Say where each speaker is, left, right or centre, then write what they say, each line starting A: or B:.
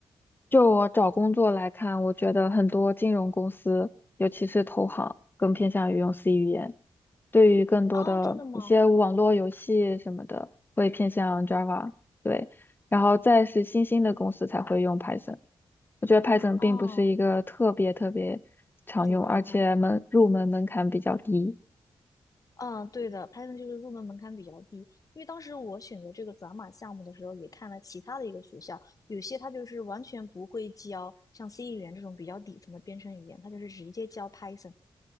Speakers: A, on the left (about 20°); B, on the left (about 40°).
A: 就我找工作来看，我觉得很多金融公司，尤其是投行，更偏向于用 C 语言。对于更多的一些网络游戏什么的，
B: 啊，真的吗？
A: 会偏向 Java，对，然后再是新兴的公司才会用 Python。我觉得 Python
B: 哦，
A: 并不是一个特别特别常用，
B: 主流哈。
A: 而且门入门门槛比较低。
B: 嗯，对的，Python 就是入门门槛比较低，因为当时我选择这个转码项目的时候，也看了其他的一个学校，有些它就是完全不会教像 C 语言这种比较底层的编程语言，它就是直接教 Python，